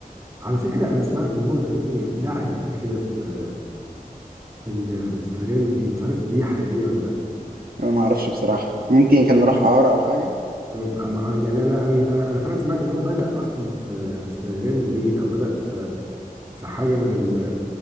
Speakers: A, on the right; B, on the right.
A: على فكره انا سمعت ان هو تقريبا لاعب قبل كده في في ال- في ريال مدريد مش عارف دي حقيقيه ولا لا
B: انا ما اعرفش بصراحه ممكن كان راح اعاره او حاجه
A: أما- يعني انا انا انا أنا فعلا سمعت ان هو بدا اصلا في في ريال مدريد او بدا في في حاجه من ال...